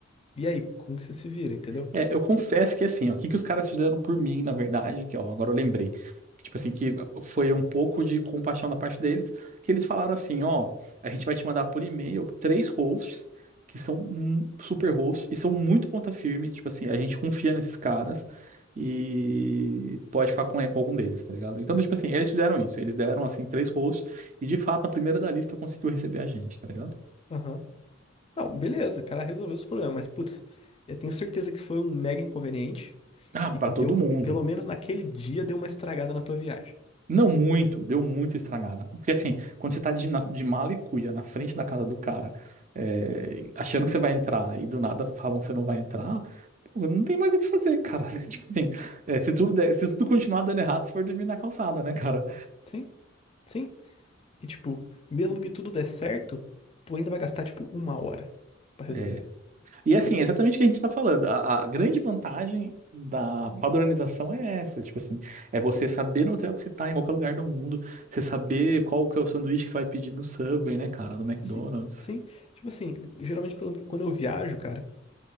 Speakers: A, on the left; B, on the right.
A: E aí, como que você se vira, entendeu?
B: É, eu confesso que assim, ó, o que que os caras fizeram por mim, na verdade, que ó, agora eu lembrei. Que, Tipo assim, que foi um pouco de compaixão da parte deles, que eles falaram assim, ó, a gente vai te mandar por e-mail três hosts que são hum, super hosts e são muito ponta firme, tipo assim, a gente confia nesses caras e pode ficar com, com algum deles, tá ligado? Então, tipo assim, eles fizeram isso, eles deram assim três hosts e de fato a primeira da lista conseguiu receber a gente, tá ligado?
A: Aham. Não, beleza, o cara resolveu os problemas, mas, putz, eu tenho certeza que foi um mega inconveniente
B: Ah,
A: e
B: pra
A: que
B: todo
A: deu,
B: mundo.
A: e pelo menos naquele dia, deu uma estragada na tua viagem.
B: Não muito, deu muito estragada. Porque assim, quando você tá de, na, de mala e cuia na frente da casa do cara, é, achando que você vai entrar e do nada falam que você não vai entrar, pô, não tem mais o que fazer, cara. <laughs> Se, tipo assim, é, se tudo der- se tudo continuar dando errado, você vai dormir na calçada, né, cara?
A: Sim, sim. E, tipo, mesmo que tudo der certo, tu ainda vai gastar, tipo, uma hora pra resolver,
B: É. E
A: entendeu?
B: assim, é exatamente o que a gente tá falando. A, a grande vantagem da padronização é essa, tipo assim, é você saber no hotel que você tá, em qualquer lugar do mundo, você saber qual que é o sanduíche que você vai pedir no Subway, né, cara, no McDonald's.
A: Sim, sim. Tipo assim, geralmente quando quando eu viajo, cara.